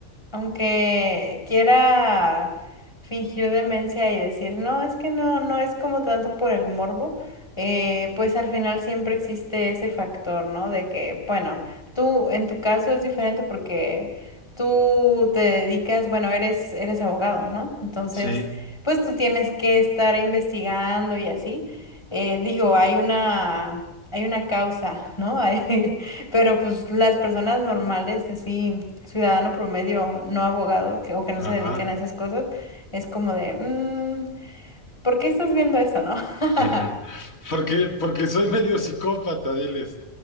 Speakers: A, on the left; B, on the left.
A: aunque quiera fingir demencia y decir, no, es que no, no es como tanto por el morbo, eh, pues al final siempre existe ese factor, ¿no? De que, bueno, tú en tu caso es diferente porque tú te dedicas, bueno, eres, eres abogado, ¿no? Entonces,
B: Sí,
A: pues tú tienes que estar investigando y así. Eh, digo, hay una, hay una causa, ¿no? <laughs> Hay, pero pues las personas normales, así, ciudadano promedio, no abogado, que, o que no
B: ajá.
A: se dedican a esas cosas, es como de, "Mm, ¿por qué estás viendo eso, no?
B: <laughs>
A: <laughs>
B: Porque, porque soy medio psicópata, diles.